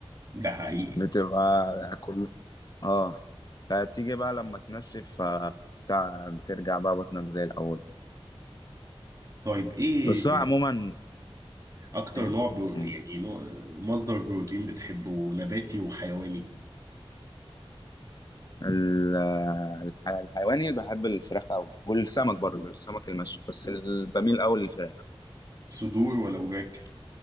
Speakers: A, on the right (about 35°); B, on the left (about 40°).
A: ده حقيقي
B: بتبقى كل اه فتيجي بقى لما تنشف ف- بتاع بترجع بقى بطنك زي الأول
A: طيب ايه
B: بس هو عموما
A: اكتر
B: ايه
A: نوع برو...
B: مم.
A: يعني نوع... مصدر بروتين بتحبه نباتي وحيواني
B: ال- الح- الحيواني بحب الفراخ أوي والسمك برضه السمك المشوي بس ال- بميل أوي للفراخ
A: صدور ولا وراك